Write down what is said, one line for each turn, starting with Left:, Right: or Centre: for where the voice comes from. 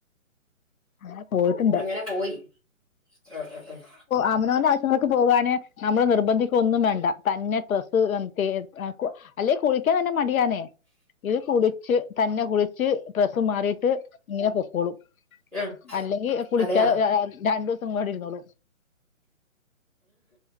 Left: അങ്ങനെ പോയിട്ടുണ്ട്
Centre: അങ്ങനെ പോയി ആഹ് ആഹ് ആഹ്
Left: അമനവന്റെ ആവശ്യങ്ങൾക്ക് പോകാന് നമ്മെ നിർബന്ധിക്ക ഒന്നും വേണ്ട തന്നെ ട്രസ്സ് <unintelligible> അല്ലേ കുളിക്കാൻ തന്നെ മടിയാനെ ഇത് കുളച്ച് തന്നെ കുളിച്ച് ഡ്രെസ്സ് മാറിട്ട് ഇങ്ങനെ പൊക്കോളൂ
Centre: ആ
Left: അല്ലെങ്കി കുളിക്കാതെ
Centre: അതെയാ
Left: രണ്ടു ദിവസംങ്ങണ്ടിരുന്നോളൂ